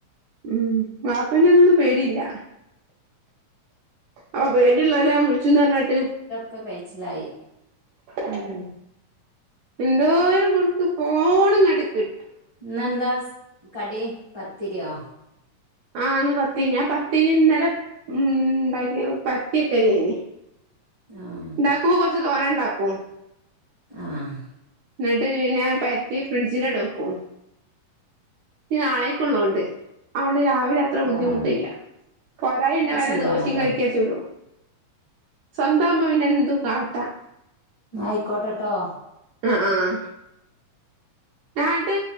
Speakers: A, on the right; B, on the left.
A: ഉം വാപ്പെനെ ഒന്നും പേടിയില്ല അ പേട്യുള്ളോലെയാ വിളിച്ചൂന്നറഞ്ഞാട്ട്
B: ക്ക കയിച്ചിലായി
A: ഉം. എന്തോരം കൊടുക്ക് ഫോണ്ങ്ങാട്ട്ക്ക്
B: ഇന്നെന്താ സ് കടി പത്തിരിയോ?
A: ആഹ് ന്ന് പത്തി ഞാ പത്തിരി ഇന്നലെ ഉംണ്ടാക്കി പര്ത്തിയിട്ടതേനി
B: ആഹ്
A: ണ്ടാക്കുമ്പോ കൊറച്ച് തോനെണ്ടാക്കും.
B: ആഹ്
A: ന്നട്ട് പിന്നെ പര്ത്തി ഫ്രിഡ്ജില്ടുക്കും. നി നാളെക്കുള്ളോണ്ട് അതൊണ്ട് രാവിലെ ത്ര ബുദ്ധിമുട്ടില്ല
B: ആഹ്
A: പോരായിണ്ടെ
B: അപ്പൊ
A: വല്ല
B: സുഖാണല്ലോ
A: ദോശേം കലക്കിയാചുടും. സ്വന്താവുമ്പ വിന്നെ എന്തു കാട്ടാം.
B: ന്നായിക്കോട്ടെട്ടോ
A: ആഹ് ആഹ് ആട്ട്